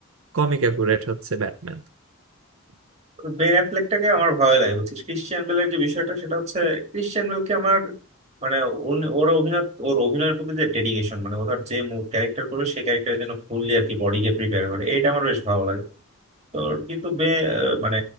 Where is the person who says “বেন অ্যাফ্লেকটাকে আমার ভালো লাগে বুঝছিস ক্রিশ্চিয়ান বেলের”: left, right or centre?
Right